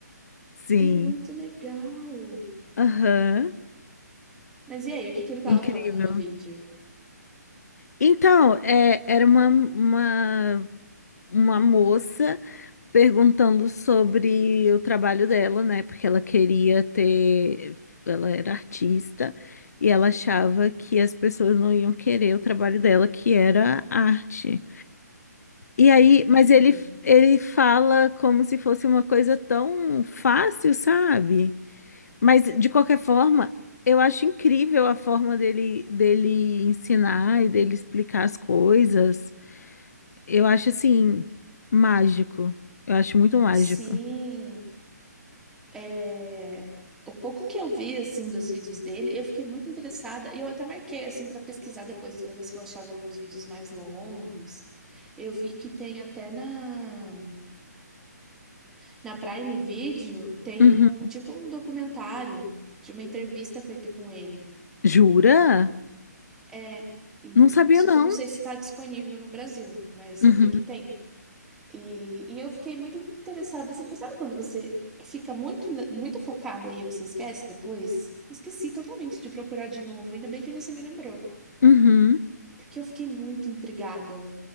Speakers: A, on the left (about 60°); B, in the centre.
A: sim.
B: É muito legal.
A: Aham,
B: Mas e aí, o que que ele tava
A: incrível.
B: falando no vídeo?
A: Então, é, era uma, uma, uma moça perguntando sobre o trabalho dela, né? Porque ela queria ter. Ela era artista e ela achava que as pessoas não iam querer o trabalho dela, que era arte. E aí, mas
B: Hum,
A: ele, ele fala como se fosse uma coisa tão fácil, sabe? Mas de qualquer forma, eu acho incrível a forma dele dele ensinar e dele explicar as coisas. Eu acho assim mágico. Eu acho muito mágico.
B: sim. É, O pouco que eu vi assim dos vídeos dele, eu fiquei muito interessada e eu até marquei assim para pesquisar depois para ver se eu achava alguns vídeos mais longos. Eu vi que tem até na na Prime Video tem
A: Uhum.
B: um tipo um documentário de uma entrevista feita com ele.
A: Jura?
B: É, e
A: Não sabia
B: só
A: não.
B: que eu não sei se está disponível no Brasil, mas
A: Uhum.
B: eu vi que tem. E, e eu fiquei muito interessada assim, mas sabe quando você fica muito le- muito focada e você esquece depois? Esqueci totalmente de procurar de novo, ainda bem que você me lembrou,
A: Uhum.
B: porque eu fiquei muito intrigada,